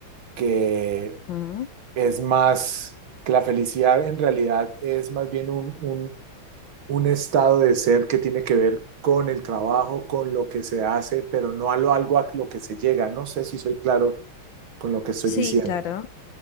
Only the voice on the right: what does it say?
que
es más, que la felicidad en realidad es más bien un, un un estado de ser que tiene que ver con el trabajo, con lo que se hace, pero no a lo algo a lo que se llega. No sé si soy claro con lo que estoy
diciendo.